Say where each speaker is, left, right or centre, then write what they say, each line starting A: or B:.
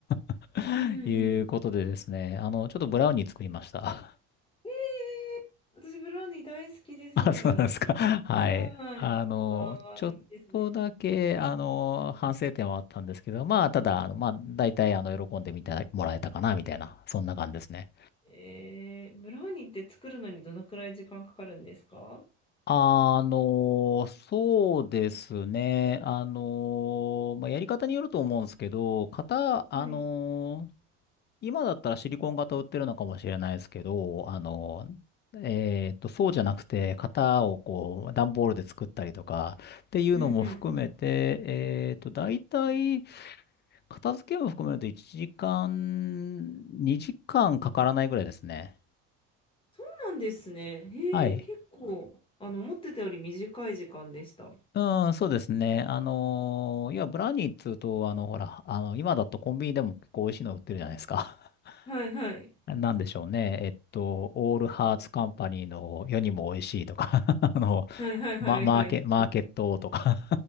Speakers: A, on the left; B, on the left.
A: <laughs>
B: うんうんうん
A: いうことでですね、あの、ちょっとブラウニー作りました。
B: えー、私、ブラウニー大好きです。
A: <laughs> あ、そうなんですか。<laughs> はい。
B: はーい。
A: あの、
B: わあ、
A: ちょっとだけ、
B: いいですね。
A: あの、反省点はあったんですけど、まあ、ただ、あの、まあ、大体、あの、喜んでみてもらえたかな、みたいな、そんな感じですね。
B: えー、ブラウニーって作るのにどのくらい時間かかるんですか
A: あの、そうですね。あの、まあ、やり方によると思うんですけど、型、あの、
B: はい。
A: 今だったらシリコン型売ってるのかもしれないですけど、あの、えーっと、そうじゃなくて、型をこう、段ボールで作ったりとか、っていうのも含めて、
B: うんうん
A: えーっと、大体、片付けも含めると1時間、2時間かからないぐらいですね。
B: そうなんですね。へえ、
A: はい。
B: 結構、あの、思ってたより短い時間でした。
A: うん、そうですね。あのーいや、ブラウニーっつうと、あの、ほら、あの、今だとコンビニでも結構美味しいの売ってるじゃないですか。
B: はいはい。
A: <laughs> なんでしょうね。えっと、オールハーツカンパニーの世にも美味しいとか <laughs> あの、
B: はいはいはいはい。
A: ま、マーケ、
B: 聞いて
A: マーケットとか